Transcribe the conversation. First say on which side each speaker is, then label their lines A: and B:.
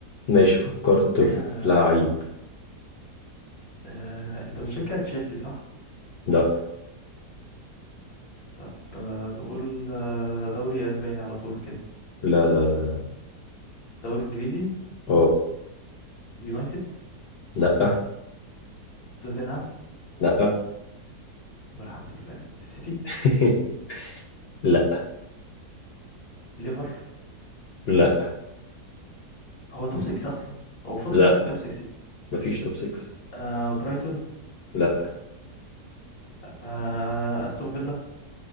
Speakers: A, on the left (about 75°); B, on the left (about 60°).
A: ماشي فكرت
B: حاجة
A: في لعيب
B: آه، انت بتشجع تشيلسي صح؟
A: لا
B: طب آه، نقول آه، دوري اسباني على طول كده
A: لا لا لا لا
B: دوري انجليزي
A: اه
B: يونايتد
A: لا
B: توتنهام
A: لا
B: طب الحمد لله السيتي
A: <laughs> لا
B: ليفر
A: لا
B: هو توب 6 اصلا هو فاضل
A: لا
B: مين في التوب 6
A: مفيش توب 6
B: آه برايتون
A: لا
B: آه استون فيلا